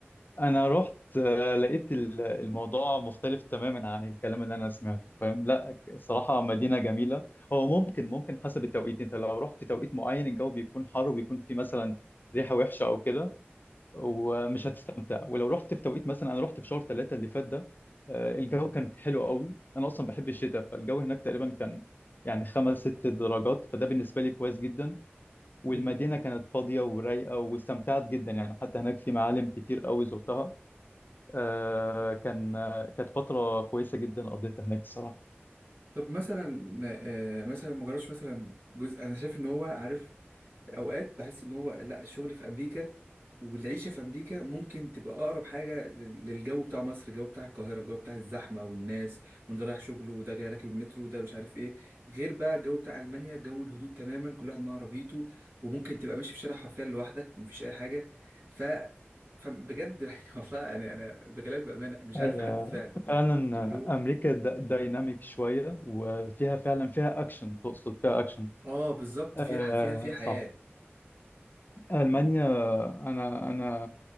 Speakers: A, on the left; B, on the right.
A: انا رحت آه، لقيت ال- الموضوع مختلف تماما عن الكلام اللي انا سمعته فاهم لا الصراحه مدينه جميله هو ممكن ممكن حسب التوقيت انت لو رحت في توقيت معين الجو بيكون حر وبيكون في مثلا ريحه وحشه او كده ومش هتستمتع ولو رحت في توقيت مثلا انا رحت في شهر ثلاثة اللي فات ده آه، الجو كان حلو قوي انا اصلا بحب الشتاء فالجو هناك تقريبا كان يعني خمس ست درجات فده بالنسبة لي كويس جدا والمدينة
B: امم
A: كانت فاضية ورايقة واستمتعت جدا يعني حتى هناك في معالم كتير قوي زرتها آه، كان آه، كانت فترة كويسة جدا قضيتها هناك الصراحة
B: طب مثلا آه، مثلا ما جربش مثلا جزء انا شايف ان هو عارف اوقات بحس ان هو لا الشغل في امريكا والعيشه في امريكا ممكن تبقى اقرب حاجه لل- للجو بتاع مصر الجو بتاع القاهره الجو بتاع الزحمه والناس وان ده رايح شغله وده جاي راكب المترو وده مش عارف ايه غير بقى الجو بتاع المانيا جو الهدوء تماما كل واحد مع عربيته وممكن تبقى ماشي في الشارع حرفيا لوحدك مفيش اي حاجه ف فبجد <laughs> يعني والله انا انا بكلمك بامانه مش
A: هي
B: عارف احدد فعلا
A: فعلا
B: اللي هو
A: آه، أمريكا دا- دايناميك شوية وفيها فعلا فيها أكشن تقصد فيها أكشن
B: اه بالظبط
A: آه
B: فيها ح- فيها فيها حياة
A: صح ألمانيا أنا أنا